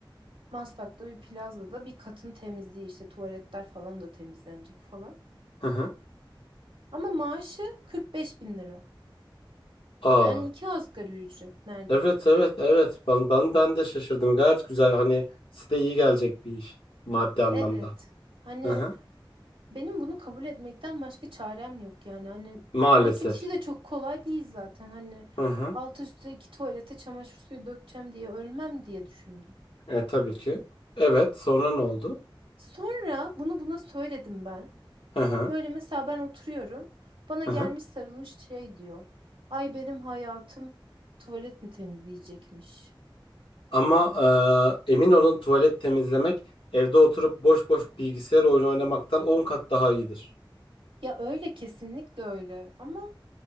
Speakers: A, on the right (about 80°); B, on the left (about 85°).
A: Maslak'ta bir plazada bir katın temizliği işte tuvaletler falan da temizlenecek falan.
B: Hı hı.
A: Ama maaşı 45 bin lira.
B: Aa.
A: Yani iki asgari ücret neredeyse.
B: Evet evet evet. Ben ben ben de şaşırdım. Gayet güzel. Hani size iyi gelecek bir iş maddi anlamda.
A: Evet. Hani
B: Hı hı.
A: Benim bunu kabul etmekten başka çarem yok yani. Hani
B: Maalesef.
A: market işi de çok kolay değil zaten. Hani
B: Hı hı.
A: alt üstü iki tuvalete çamaşır suyu dökeceğim diye ölmem diye düşündüm.
B: E tabii ki. Evet. Sonra ne oldu?
A: Sonra bunu buna söyledim ben.
B: Hı hı.
A: Böyle mesela ben oturuyorum. Bana
B: Hı
A: gelmiş
B: hı.
A: sarılmış şey diyor. Ay benim hayatım tuvalet mi temizleyecekmiş?
B: Ama e, emin olun tuvalet temizlemek evde oturup boş boş bilgisayar oyunu oynamaktan 10 kat daha iyidir.
A: Ya öyle kesinlikle öyle. Ama